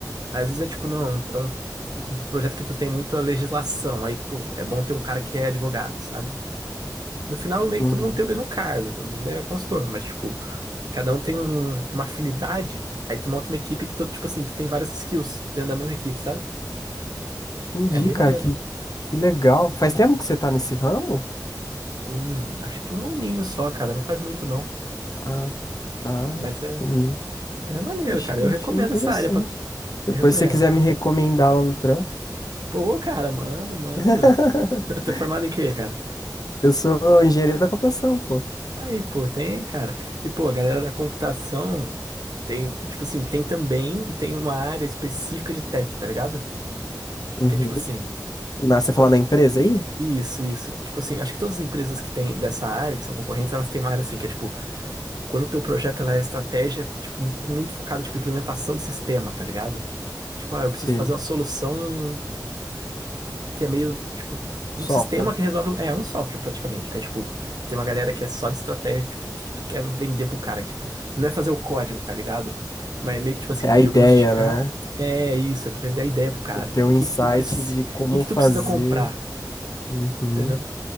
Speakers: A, on the right (about 65°); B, on the left (about 60°).
A: Aí, às vezes é, tipo, não, é um um projeto que tu tem muita legislação, aí, tipo, é bom ter um cara que é advogado, sabe? No final, meio
B: Uhum.
A: que todo mundo tem o mesmo cargo, todo mundo é consultor, mas, tipo, cada um tem um- uma afinidade. Aí tu monta uma equipe que, tu, tipo assim, tu tem várias skills dentro da mesma equipe, sabe?
B: Entendi,
A: É bem
B: cara,
A: maneiro.
B: que, que legal. Faz tempo que você tá nesse ramo?
A: Hum, acho que um aninho só, cara, não faz muito não.
B: Ah, tá,
A: Mas é,
B: entendi.
A: é maneiro,
B: Achei,
A: cara. Eu
B: achei
A: recomendo
B: interessante.
A: essa área, pra...
B: Depois,
A: eu recomendo.
B: se você quiser me recomendar lá no trampo,
A: Pô, cara, manda, manda.
B: <laughs>
A: <laughs> Tô formado em quê, cara?
B: eu sou engenheiro da computação, pô.
A: Aí, pô, tem, cara. E, pô, a galera da computação tem, tipo assim, tem também e tem uma área específica de tech, tá ligado?
B: Uhum.
A: Que é tipo assim,
B: Na, você
A: quando
B: fala na
A: tu,
B: empresa aí?
A: Isso, isso. Tipo assim, acho que todas as empresas que têm dessa área, que são concorrentes, elas têm uma área assim, que é tipo, quando o teu projeto ela é estratégia, tipo, um, com- muito focada, tipo, em implementação de sistema, tá ligado? Tipo, ah, eu preciso
B: Sim.
A: fazer uma solução que é meio, tipo,
B: Software.
A: um sistema que resolve, um- é um software praticamente. Aí, tipo, tem uma galera que é só de estratégia, tipo, o que que tu quer vender pro cara? Tipo, não é fazer o código, tá ligado? Mas é meio que, tipo assim,
B: É
A: tu
B: a
A: diagnosticar,
B: ideia, né?
A: é isso, é tu vender a ideia pro cara.
B: Tu ter
A: Tipo,
B: um
A: o que
B: insight
A: que tu precisa,
B: de como
A: o que que
B: fazer.
A: tu precisa comprar,
B: Uhum.
A: entendeu?